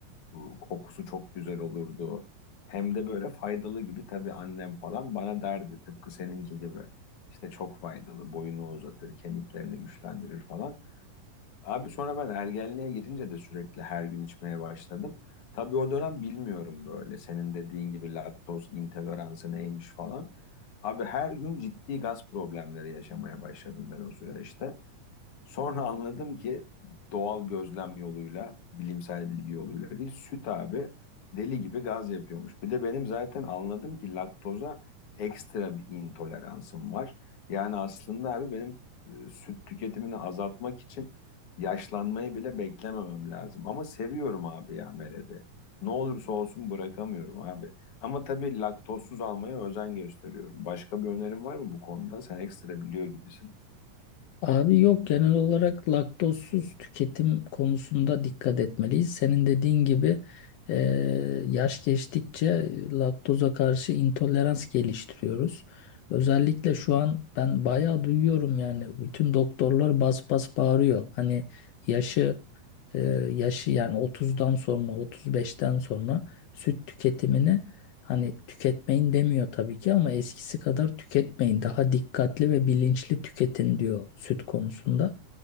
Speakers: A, on the left (about 60°); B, on the left (about 80°).
A: e, kokusu çok güzel olurdu. Hem de böyle faydalı gibi tabii annem falan bana derdi tıpkı seninki gibi. İşte çok faydalı boyunu uzatır kemiklerini güçlendirir falan. Abi sonra ben ergenliğe girince de sürekli her gün içmeye başladım. Tabii o dönem bilmiyorum böyle senin dediğin gibi laktoz intoleransı neymiş falan. Abi her gün ciddi gaz problemleri yaşamaya başladım ben o süreçte. Sonra anladım ki doğal gözlem yoluyla, bilimsel bilgi yoluyla değil, süt abi deli gibi gaz yapıyormuş. Bir de benim zaten anladım ki laktoza ekstra bir intoleransım var. Yani aslında abi benim e, süt tüketimini azaltmak için yaşlanmayı bile beklememem lazım. Ama seviyorum abi ya Mered'i. Ne olursa olsun bırakamıyorum abi. Ama tabii laktozsuz almaya özen gösteriyorum. Başka bir önerim var mı bu konuda? Sen ekstra biliyor gibisin.
B: Abi yok genel olarak laktozsuz tüketim konusunda dikkat etmeliyiz. Senin dediğin gibi e, yaş geçtikçe laktoza karşı intolerans geliştiriyoruz. Özellikle şu an ben bayağı duyuyorum yani bütün doktorlar bas bas bağırıyor. Hani yaşı e, yaşı yani 30'dan sonra 35'ten sonra süt tüketimini Hani tüketmeyin demiyor tabii ki ama eskisi kadar tüketmeyin. Daha dikkatli ve bilinçli tüketin diyor süt konusunda.